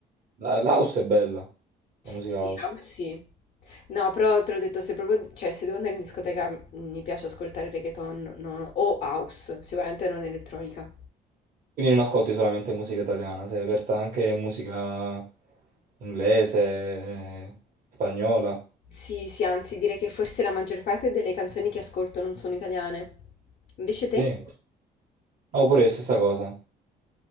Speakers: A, on the right; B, on the left.
A: La- l'house è bella, la musica
B: Sì,
A: house.
B: Laus sì. No, però te l'ho detto, se proprio, cioè, se devo andare in discoteca mh, mi piace ascoltare reggaeton no, o house, sicuramente non elettronica.
A: Quindi non ascolti solamente musica italiana, sei aperta anche a musica inglese, eh, spagnola,
B: Sì, sì, anzi, direi che forse la maggior parte delle canzoni che ascolto non sono italiane. Invece te?
A: sì. No, pure è la stessa cosa.